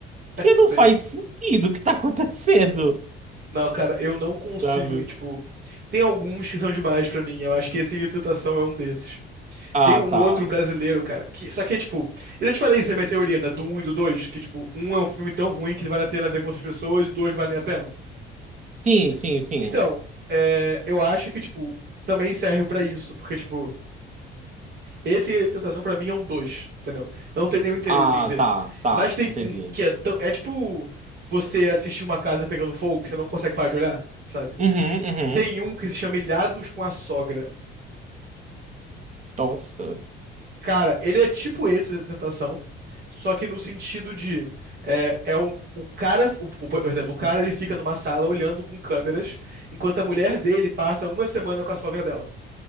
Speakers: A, on the right; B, on the right.
A: Que
B: Sim.
A: não faz sentido o que tá acontecendo,
B: Não, cara, eu não consigo,
A: sabe?
B: tipo, tem alguns que são demais pra mim. Eu acho que esse Grito de Tentação é um desses.
A: Ah,
B: Tem um
A: tá.
B: outro brasileiro, cara, que só que é tipo, eu já te falei isso é minha teoria, né, do um e do 2, que tipo, um é um filme tão ruim que vale a pena ver com outras pessoas e dois valem a pena.
A: Sim, sim, sim.
B: Então, é, eu acho que tipo, também serve pra isso, porque tipo, Esse Tentação pra mim é um dois, entendeu? Eu não tenho nenhum interesse
A: Ah,
B: em ver.
A: tá, tá.
B: Mas tem
A: Entendi.
B: um que é tão. É tipo você assistir uma casa pegando fogo que você não consegue parar de olhar, sabe?
A: Uhum, uhum.
B: Tem um que se chama Ilhados com a Sogra.
A: Nossa.
B: Cara, ele é tipo esse da Tentação, só que no sentido de. É, é um. O cara, o- o- por exemplo, o cara ele fica numa sala olhando com câmeras, enquanto a mulher dele passa uma semana com a sogra dela.